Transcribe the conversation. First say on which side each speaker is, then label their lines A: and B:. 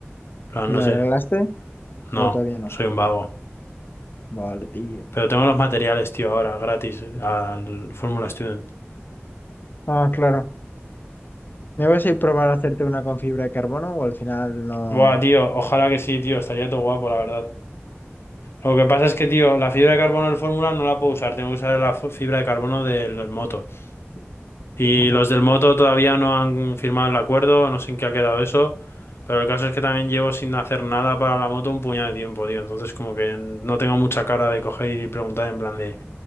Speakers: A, on the left; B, on the left.
A: plan,
B: ¿Y
A: no
B: la
A: sé,
B: arreglaste? ¿O
A: no,
B: todavía no?
A: soy un vago.
B: Vale, tío.
A: Pero tengo los materiales, tío, ahora, gratis, eh, al Fórmula Student.
B: Ah, claro. ¿Me vas a ir a probar a hacerte una con fibra de carbono o al final no?
A: Buah, tío, ojalá que sí, tío, estaría todo guapo, la verdad. Lo que pasa es que, tío, la fibra de carbono del Fórmula no la puedo usar, tengo que usar la fo- fibra de carbono del moto. Y
B: Ajá.
A: los del Moto todavía no han firmado el acuerdo, no sé en qué ha quedado eso, pero el caso es que también llevo sin hacer nada para la moto un puñado de tiempo, tío. Entonces como que no tengo mucha cara de coger y preguntar en plan de,